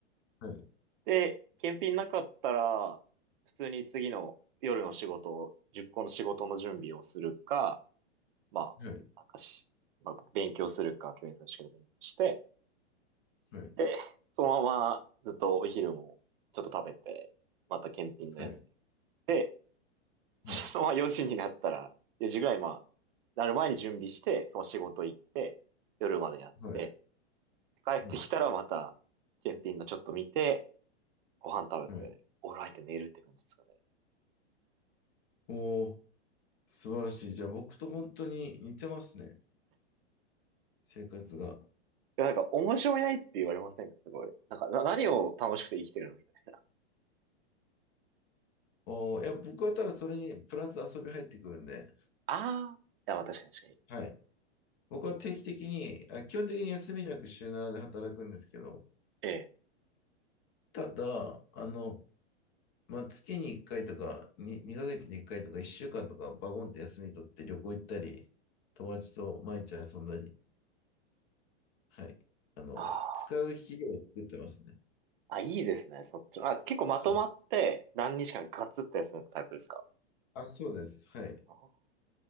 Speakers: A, on the left; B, on the right.
A: はい。
B: で、検品なかったら、普通に次の夜の仕事、10個の仕事の準備をするか、まあ、
A: はい。
B: なんかし、まあ、勉強するか、教員さんの試験の勉強して、
A: はい。
B: で、そのままずっとお昼もちょっと食べて、また検品のやつ
A: はい。
B: で、そのまま4時になったら、
A: はい。はい。
B: 4時ぐらいまあ、なる前に準備して、その仕事行って、夜までやって、
A: はい。
B: 帰ってきたらまた、
A: はい。
B: 検品のちょっと見て、ご飯食べて、
A: はい
B: お風呂入って寝るって感じですかね。
A: おー、素晴らしい。じゃあ僕と本当に似てますね。生活が。
B: いや、なんか、面白いないって言われませんかすごい。なんか、な、何を楽しくて生きてるのみたいな。
A: おー、いや、僕はただそれにプラス遊び入ってくるんで。
B: ああ。いや、まあ確かに確かに。
A: はい。僕は定期的に、あ、基本的に休みなく週7で働くんですけど、
B: ええ。
A: ただ、あの、まあ、月に1回とかに、2ヶ月に1回とか1週間とかバゴンって休み取って旅行行ったり、友達と毎日遊んだり、はい。あの、
B: あ
A: 使う肥料を作ってますね。
B: あ。あ、いいですね、そっちの。あ、結構まとまって何日間かガツって休むタイプですか
A: はいあ、そうです。はい。
B: あー